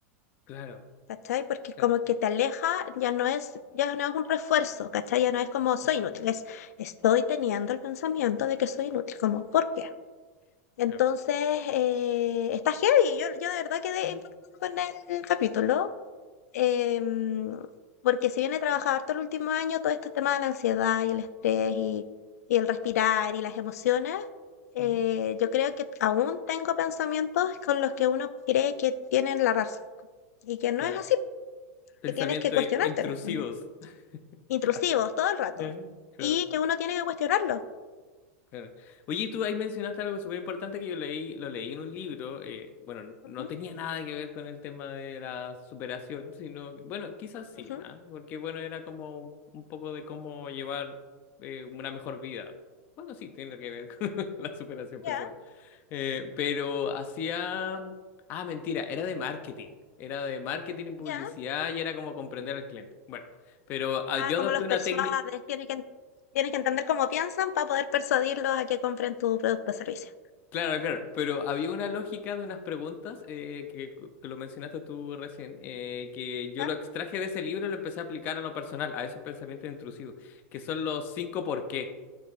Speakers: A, on the left; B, on the left.
A: Claro,
B: ¿cachai? Porque
A: claro.
B: como que te aleja, ya no es, ya no es un refuerzo, ¿cachai? Ya no es como
A: mm,
B: soy inútil, es estoy teniendo el pensamiento de que soy inútil. Como, ¿por qué?
A: Claro.
B: Entonces, eh, está heavy. Yo, yo de verdad quedé
A: mm,
B: impactada con el capítulo Em, porque si bien he trabajado harto el último año, todo este tema de la ansiedad y el estrés y, y el respirar y las emociones, eh,
A: mm,
B: yo creo que aún tengo pensamientos con los que uno cree que tienen la razón y que no
A: Claro.
B: es así,
A: Pensamientos
B: que tienes que cuestionártelos.
A: eh, intrusivos.
B: También.
A: <laughs>
B: Intrusivos
A: Claro.
B: todo el rato
A: eh, claro.
B: y que uno tiene que cuestionarlos.
A: Claro. Oye, y tú ahí mencionaste algo súper importante que yo leí, lo leí en un libro, eh, bueno, n- no
B: Ujú,
A: tenía nada que ver con el tema de la superación, sino, bueno, quizás sí,
B: ujú,
A: ¿ah? Porque bueno, era como un, un poco de cómo llevar eh, una mejor vida. Bueno, sí, tiene que ver <laughs> con la superación personal.
B: Ya,
A: Eh, pero hacía... Ah, mentira, era de marketing, era de marketing y publicidad
B: ya.
A: y era como comprender al cliente. Bueno, pero ah,
B: Ah,
A: yo
B: como
A: adopté
B: los
A: una
B: persuades,
A: técnica...
B: tienes que, tienes que entender cómo piensan para poder persuadirlos a que compren tu producto o servicio.
A: Claro, claro, pero había una lógica de unas preguntas eh, que, que lo mencionaste tú recién, eh, que yo
B: ¿Ya?
A: lo extraje de ese libro y lo empecé a aplicar a lo personal, a esos pensamientos intrusivos, que son los cinco por qué.